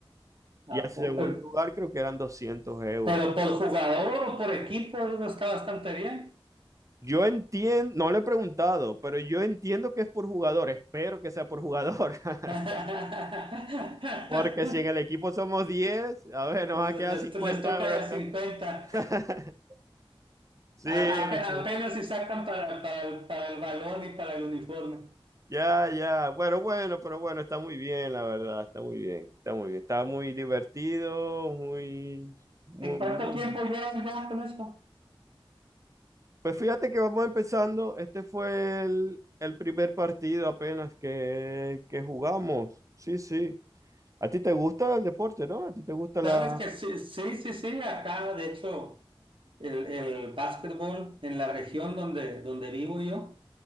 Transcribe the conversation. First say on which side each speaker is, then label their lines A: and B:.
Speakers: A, on the right; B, on the right.
A: a
B: y al segundo
A: poco? eh,
B: lugar creo que eran 200 euros.
A: ¿Pero por jugador o por equipo? Digo, está bastante bien.
B: Yo entiendo, no le he preguntado, pero yo entiendo que es por jugador, espero que sea por jugador, <laughs>
A: <laughs>
B: porque si en el equipo somos 10 a ver, nos
A: Bueno,
B: va a quedar
A: Les,
B: 50
A: les toca
B: euros
A: de
B: acá.
A: cincuenta,
B: <laughs> Sí,
A: A- ape- apenas
B: sí,
A: si sacan para, para, el- para el balón y para el uniforme.
B: ya, ya, bueno, bueno, pero bueno, está muy bien, la verdad, está muy bien, está muy bien, está muy divertido, muy, muy,
A: ¿En cuánto
B: muy...
A: tiempo llevan ya con eso?
B: Pues fíjate que vamos empezando, este fue el, el primer partido apenas que, que jugamos, sí, sí. ¿A ti te gusta el deporte, no? ¿A ti te gusta
A: Sabes
B: la...?
A: que sí, sí, sí, sí, acá de hecho el, el básquetbol en la región donde, donde vivo yo.